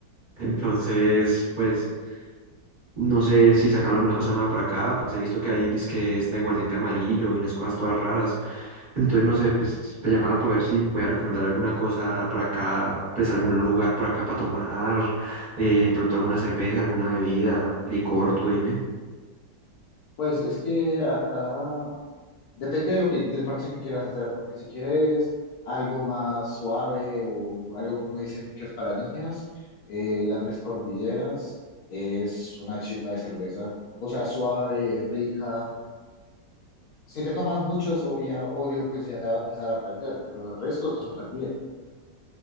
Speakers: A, on the right (about 35°); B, on the left (about 70°).
A: Entonces, pues... No sé si sacaron alguna cosa nueva por acá, pues he visto que hay dizque este aguardiente amarillo y unas cosas todas raras. Entonces, no sé, pues te llamaba para ver si me podía recomendar alguna cosa por acá, pues algún lugar por acá para tomar, eh, pronto alguna cerveza, alguna bebida, licor, tú dime.
B: Pues es que acá depende de lo que, del parche que quieras hacer, porque si quieres algo más suave o algo como dicen que es para niñas, eh, la Tres Cordilleras es una chimba de cerveza. O sea, suave, rica. Si te tomas muchos, obvia, obvio, pues ya te va a empezar a aprender, pero el resto está súper bien.